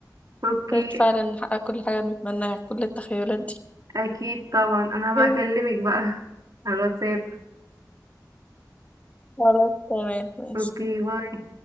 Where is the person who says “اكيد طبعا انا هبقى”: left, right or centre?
Right